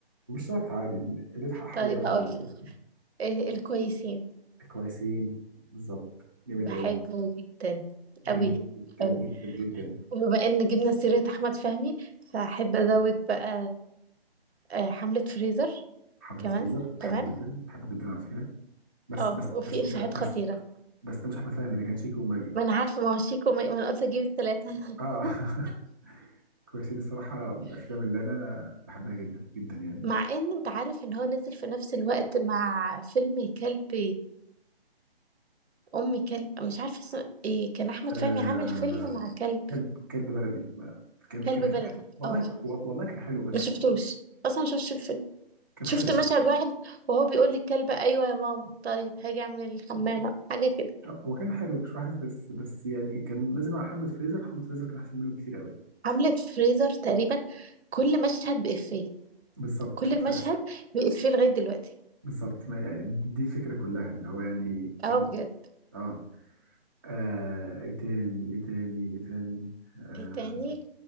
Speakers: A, on the right; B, on the right.
A: مش شرط عادي اللي يلحق حاجه
B: طيب
A: يقول
B: هقول
A: على طول
B: لك آه، الكويسين
A: كويسين بالظبط جامد
B: بحبه
A: قوي
B: جدا
A: جامد
B: قوي
A: جدا
B: قوي.
A: جدا جدا
B: وبما ان جبنا سيرة احمد فهمي فاحب ازود بقى آه، حملة فريزر
A: حملة
B: كمان
A: فريزر بحبه
B: تمام
A: جدا بحبه جدا على فكره بس
B: اه
A: بس
B: وفي
A: بس
B: افيهات
A: بس بس,
B: خطيرة
A: بس ده مش احمد فهمي ده كان شيكو وماجد
B: ما انا عارفة ما هو شيكو ما ما انا قلت اجيب التلاتة
A: اه
B: <laughs>
A: <laughs> كويسين الصراحة من الأفلام اللي أنا بحبها جدا جدا يعني
B: مع ان انت عارف ان هو نزل في نفس الوقت مع فيلم كلب ام كلب مش عارفة اسمه ايه كان احمد
A: آه
B: فهمي عامل فيلم مع كلب
A: كلب كلب بلدي ما- كان كان
B: كلب
A: كان
B: بلدي
A: والله
B: اه
A: و- والله كان حلو بس
B: ما شفتوش اصلا ما شفتش الفيلم
A: كان
B: شفت
A: حلو
B: مشهد واحد وهو بيقول للكلب ايوه يا ماما طيب هاجي اعمل الحمامة حاجة كده
A: هو كان حلو مش وحش بس بس يعني كان نازل مع حملة فريزر حملة فريزر كان أحسن منه بكتير قوي
B: عملت فريزر تقريبا كل مشهد بإفيه
A: بالظبط
B: كل
A: ف
B: مشهد بإفيه لغاية دلوقتي
A: بالظبط ما يعني دي الفكرة كلها اللي هو يعني كان
B: اه بجد
A: آه آه إيه تاني إيه تاني إيه تاني آه
B: ايه تاني